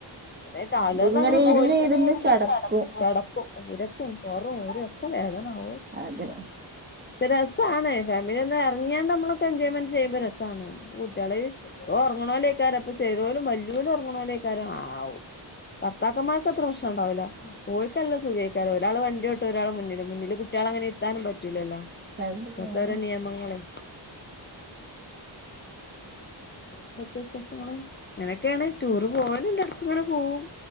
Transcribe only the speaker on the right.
ഇതിങ്ങനെ
ഇരുന്ന്
ചടക്കും
അതെ
ആഹ്